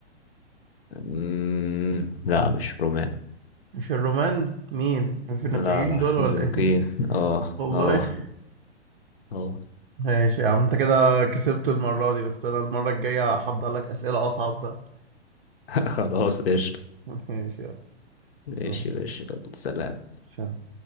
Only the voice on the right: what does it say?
مش الرومان مين الفينيقيين
دول ولا
إيه
<laughs> والله
ماشي يا عم أنت كده كسبت المرة دي بس أنا المرة الجاية هحضر لك أسئلة أصعب بقى
<laughs> ماشي يلا
باي.
سلام